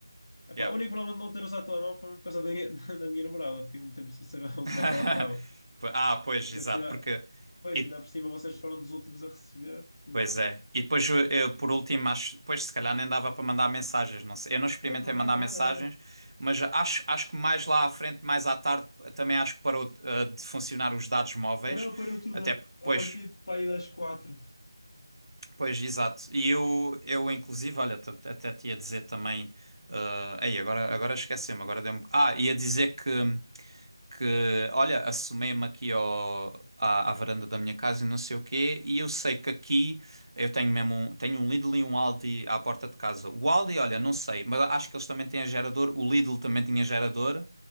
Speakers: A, on the left; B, on the right.
A: Epá,
B: yeah.
A: o único problema de não ter usado o telemóvel foi por causa da, <laughs> da minha namorada, fiquei muito tempo sem saber <laughs> como
B: <laughs>
A: é que ela estava.
B: Po- Ah, pois, exato,
A: Ainda por cima-
B: porque...
A: Pois,
B: E
A: ainda por cima vocês foram dos últimos a receber, então,
B: Pois é. E depois, eu, eu, por último, acho, pois se calhar nem dava para mandar mensagens, não sei. Eu não experimentei
A: pois, não
B: mandar
A: dava
B: mensagens,
A: nada, nada.
B: mas acho, acho que mais lá à frente, mais à tarde, também acho que parou, eh, de funcionar os dados móveis.
A: Parou, parou tudo
B: Até porque, pois,
A: a, a partir de para aí das quatro.
B: Pois, exato. E eu, eu inclusive, olha, t- t- até te ia dizer também. eh, ei, agora, agora esqueci-me, agora dei-me. Ah, ia dizer que, que olha, assomei-me aqui ao, à, à varanda da minha casa e não sei o quê, e eu sei que aqui eu tenho mesmo um, tenho um Lidl e um Aldi à porta de casa. O Aldi, olha, não sei, mas acho que eles também têm gerador, o Lidl também tinha gerador.